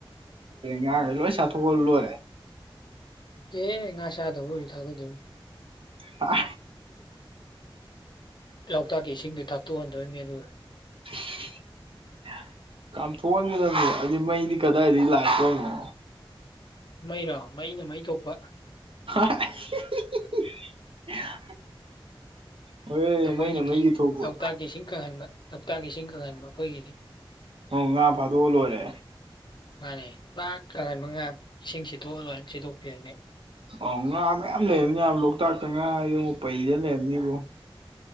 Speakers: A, on the right; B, on the left.
A: ꯉꯈ ꯂꯣꯏ ꯆꯥꯊꯣꯛꯑ ꯂꯣꯏꯔꯦ
B: ꯑꯦ ꯉꯥ ꯆꯥꯗꯕꯨ ꯊꯥꯗꯗ
A: ꯑ
B: ꯂꯣꯛꯇꯥꯛꯀꯤ ꯏꯁꯤꯡꯗꯨ ꯊꯥꯛꯇꯣꯛꯍꯟꯗꯣꯏꯅꯤ ꯑꯗꯨꯒ
A: <unintelligible> <unintelligible> ꯀꯥꯝꯊꯣꯛꯍꯟꯒꯗꯕꯅꯦ ꯑꯩꯗꯤ ꯃꯩꯗꯤ ꯀꯗꯥꯏꯗꯒꯤ ꯂꯥꯛꯇꯣꯅꯣ
B: ꯃꯩꯔꯥ ꯃꯩꯅ ꯃꯩ ꯊꯣꯛꯄ
A: <unintelligible> ꯍꯣꯏ
B: ꯑꯩꯈꯣꯏꯒꯤꯗꯤ
A: ꯃꯩꯅ ꯃꯩꯒꯤ ꯊꯣꯛꯄ
B: ꯂꯣꯛꯇꯥꯛꯀꯤ ꯏꯁꯤꯡ ꯀꯪꯍꯟꯕ ꯂꯣꯛꯇꯥꯛꯀꯤ ꯏꯁꯤꯡ ꯀꯪꯍꯟꯕ ꯑꯩꯈꯣꯏꯒꯤꯗꯤ
A: ꯎ ꯉ ꯐꯥꯗ ꯑꯣꯂꯣꯔꯦ
B: ꯃꯥꯅꯦ ꯂꯥꯛ ꯃꯉꯥ ꯏꯁꯤꯡ ꯁꯤꯠꯇꯣꯛꯑ ꯂꯣꯏ ꯁꯤꯠꯇꯣꯛꯄꯤꯔꯅꯤ
A: ꯑ ꯉꯥ ꯃꯌꯥꯝ ꯂꯩꯔꯝꯅꯦ ꯂꯣꯛꯇꯥꯛꯇ ꯉꯥ ꯌꯦꯡꯕ ꯄꯩꯗ ꯂꯩꯔꯝꯅꯤꯕ